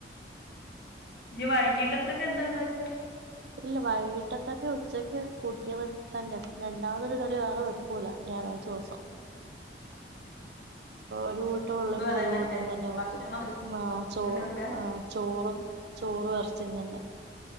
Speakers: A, on the left; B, on the right.
A: ഇനി വൈകീട്ടത്തക്ക് ന്താ ഇണ്ടാക്ക
B: ഇല്ല വൈകീട്ടത്തക്ക് ഉച്ചക്ക് കൂട്ട്യ മ തന്നെ രണ്ടാമതൊരു കടി വേറെ വെക്കൂല ഞായറാഴ്ച്ചോസം ഒരു കൂട്ടം
A: ഫുഡും
B: ഉള്ളെങ്കി
A: അതന്നെ
B: ഒരു കൂട്ടം തന്നെ വെക്കും
A: ഭക്ഷണം അത്
B: ആഹ് ചോറും
A: തന്നെ വെക്കാ
B: ആഹ് ചോറും ചോറ് എറച്ചിം തന്നെ